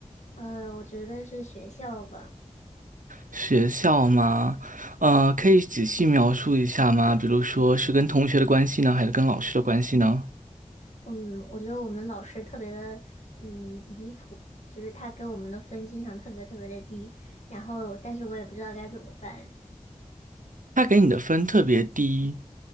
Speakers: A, on the left (about 60°); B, on the right (about 85°).
A: 呃，我觉得是学校吧。
B: 学校吗？呃，可以仔细描述一下吗？比如说是跟同学的关系呢，还是跟老师的关系呢？
A: 嗯，我觉得我们老师特别的，嗯，离谱，就是他给我们的分经常特别特别的低，然后，但是我也不知道该怎么办。
B: 他给你的分特别低，